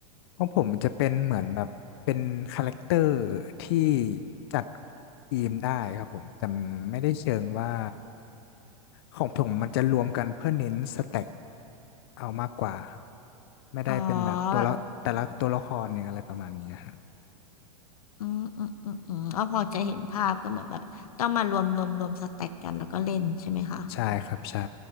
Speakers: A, on the left (about 45°); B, on the left (about 85°).
A: ของผมมันจะเป็นเหมือนแบบเป็นคาแรคเตอร์ที่จัดทีมได้ครับผมแต่ไม่ได้เชิงว่าของผมมันจะรวมกันเพื่อเน้นสแต็กเอามากกว่าไม่ได้เป็นแบบตัวละแต่ละตัวละครอย่างอะไรประมาณนี้ครับ
B: อ๋อแบบอืมอืมอืมอืมอ๋อพอจะเห็นภาพก็เหมือนแบบต้องมารวมรวมรวมสแต็กกันแล้วก็เล่นใช่ไหมคะ
A: ใช่ครับใช่